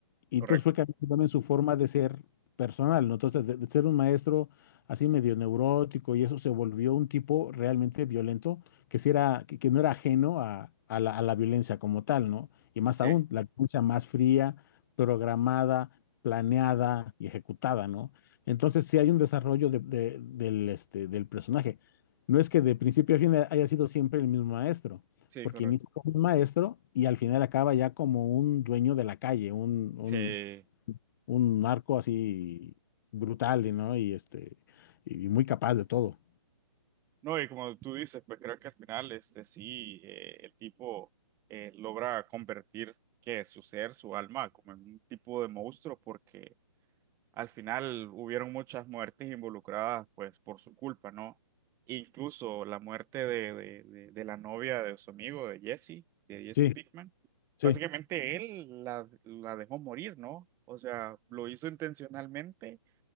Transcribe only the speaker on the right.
Correcto.
Sí,
sí,
correcto.
Sí.
No, y como tú dices, pues creo que al final, este, sí, eh, el tipo eh, logra convertir que su ser, su alma, como en un tipo de monstruo, porque Al final hubieron muchas muertes involucradas, pues, por su culpa, ¿no? Incluso la muerte de, de- de- de la novia de su amigo, de Jesse, de Jesse
Pickman.
Básicamente él la, la dejó morir, ¿no? O sea, lo hizo intencionalmente